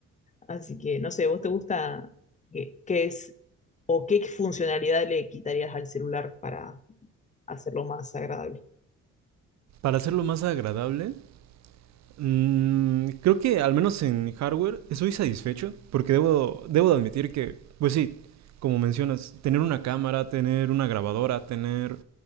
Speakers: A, on the left; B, on the right.
A: Así que, no sé, ¿vos te gusta qué, qué es o qué funcionalidad le quitarías al celular para hacerlo más agradable?
B: Para hacerlo más agradable, mmm, creo que al menos en hardware estoy satisfecho porque debo, debo de admitir que, pues sí, como mencionas, tener una cámara, tener una grabadora, tener